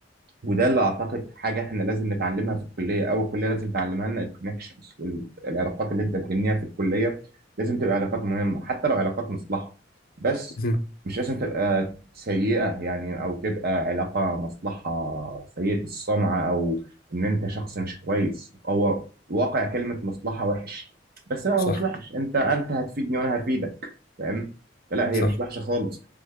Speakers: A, on the right; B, on the left.
A: وده اللي اعتقد حاجه احنا لازم نتعلمها في الكليه او الكليه لازم تعلمها لنا الكونكشنز والعلاقات اللي انت بتبنيها في الكليه لازم تبقى علاقات مهمه حتى لو علاقات مصلحه بس
B: مهم.
A: مش لازم تبقى سيئه يعني او تبقى علاقه مصلحه سيئه السمعه او ان انت شخص مش كويس هو واقع كلمه مصلحه وحش بس لا هو
B: صح
A: مش وحش انت انت هتفيدني وانا هفيدك فاهم فلا هي
B: صح
A: مش وحشه خالص